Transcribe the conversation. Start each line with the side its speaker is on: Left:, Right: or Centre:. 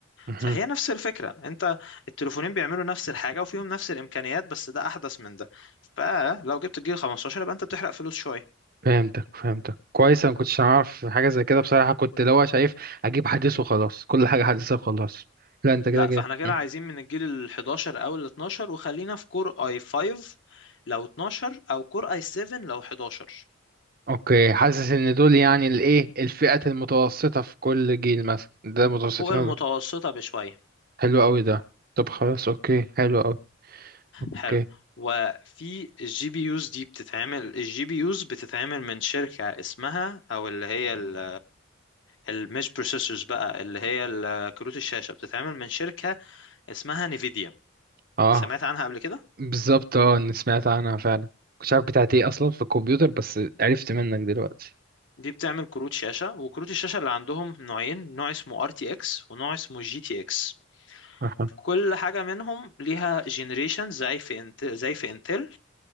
Right: مهم.
Left: فهي نفس الفكرة انت التليفونين بيعملوا نفس الحاجة وفيهم نفس الامكانيات بس ده احدث من ده فلو جبت الجيل 15 يبقى انت بتحرق فلوس شوية
Right: فهمتك فهمتك كويس انا ما كنتش اعرف حاجة زي كده بصراحة كنت اللي هو شايف اجيب حديث وخلاص كل حاجة حديثة وخلاص لا انت كده
Left: لا
Right: جاي
Left: فاحنا كده
Right: مم.
Left: عايزين من الجيل ال 11 او ال 12 وخلينا في كور اي 5 لو 12 او كور اي 7 لو 11
Right: اوكي حاسس ان دول يعني الايه الفئة المتوسطة في كل جيل مثلا ده متوسطين
Left: فوق المتوسطة بشوية
Right: حلو قوي ده طب خلاص اوكي حلو قوي اوكي
Left: حلو وفي الجي بي يوز دي بتتعمل الجي بي يوز بتتعمل من شركة اسمها او اللي هي ال- المش بروسيسورز بقى اللي هي ال- كروت الشاشة بتتعمل من شركة اسمها نيفيديا
Right: اه
Left: سمعت عنها قبل كده
Right: بالظبط اه انا سمعت عنها فعلا مش عارف بتاعت ايه اصلا في الكمبيوتر بس عرفت منك دلوقتي
Left: دي بتعمل كروت شاشة وكروت الشاشة اللي عندهم نوعين نوع اسمه RTX ونوع اسمه GTX
Right: اها
Left: كل حاجة منهم ليها جنريشن زي في انت... زي في انتل